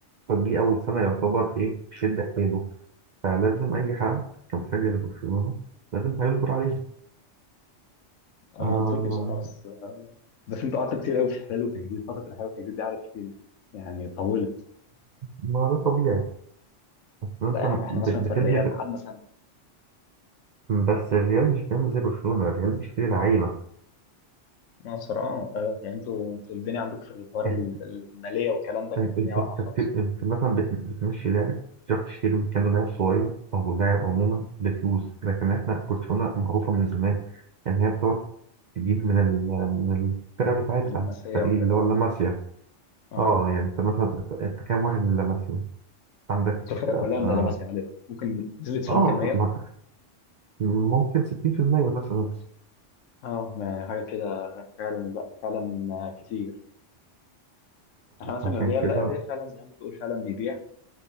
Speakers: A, on the right; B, on the left.
A: فدي أول سنة يعتبر إيه شد حيله فلازم أي حد كمشجع لبرشلونة لازم هيصبر عليها
B: منطقي
A: آه
B: بصراحه بس بس انتوا قعدتوا كتير قوي في الحلال والتجديد فتره الحلال والتجديد دي قعدت كتير يعني طولت
A: ما ده طبيعي انت
B: لا يا عم احنا
A: ب-
B: مثلا في
A: بتبني
B: الريال
A: في...
B: قعدنا سنه
A: بس الريال مش بيعمل زي برشلونة الريال بيشتري لعيبة
B: مصر اه اه يعني انتوا انتوا الدنيا عندكم في الحوار
A: انت
B: ال- الماليه والكلام ده كانت
A: انت
B: الدنيا
A: انت
B: واقعه خالص
A: بت- انت مثلا بت- بتمشي لاعب تروح تشتري مكانه لاعب صغير او لاعب عموما بفلوس لكن احنا برشلونة معروفة من زمان ان هي بتقعد تجيب من ال... من الفرقة بتاعتها
B: من لمسيه
A: الفريق
B: وكده
A: اللي هو
B: اه
A: لاماسيا
B: اه
A: اه يعني انت مثلا انت, انت كام واحد من لاماسيا عندك
B: انتوا الفرق كلها من
A: اه,
B: لمسيه غالبا ممكن نسبه 90%
A: آه ما- ممكن 60% مثلا
B: اه يعني حاجه كده فعلا لا فعلا آه، كتير احنا مثلا
A: عشان
B: الريال
A: كده
B: لا الريال فعلا زي ما بتقول فعلا بيبيع